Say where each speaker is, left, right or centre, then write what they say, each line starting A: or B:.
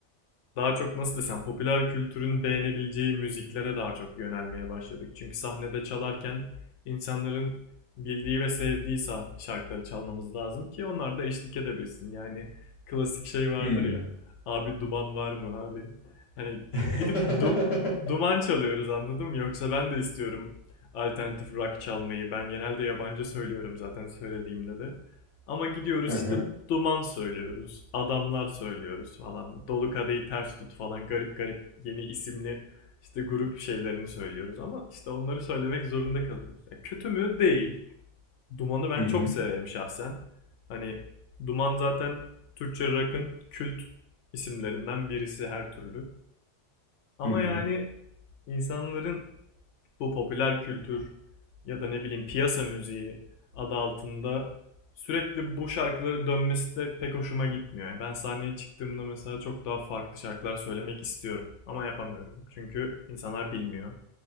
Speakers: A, on the left; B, on the left.
A: daha çok nasıl desem popüler kültürün beğenebileceği müziklere daha çok yönelmeye başladık. Çünkü sahnede çalarken insanların bildiği ve sevdiği sah- şarkıları çalmamız lazım ki onlar da eşlik edebilsin. Yani klasik şey vardır
B: Hmm.
A: ya. Abi duman var mı abi? Hani
B: <laughs>
A: gidip du- duman çalıyoruz anladın mı? Yoksa ben de istiyorum alternatif rock çalmayı. Ben genelde yabancı söylüyorum zaten söylediğimde de. Ama gidiyoruz
B: Hı
A: işte
B: hı.
A: duman söylüyoruz. Adamlar söylüyoruz falan. Dolu kadehi ters tut falan. Garip garip yeni isimli işte grup şeylerini söylüyoruz. Ama işte onları söylemek zorunda kalıyoruz. Ya kötü mü? Değil. Duman'ı ben
B: Hı hı.
A: çok severim şahsen. Hani Duman zaten Türkçe rock'ın kült isimlerinden birisi her türlü. Ama
B: Hı hı.
A: yani insanların bu popüler kültür ya da ne bileyim piyasa müziği adı altında sürekli bu şarkıları dönmesi de pek hoşuma gitmiyor. Yani ben sahneye çıktığımda mesela çok daha farklı şarkılar söylemek istiyorum ama yapamıyorum. Çünkü insanlar bilmiyor.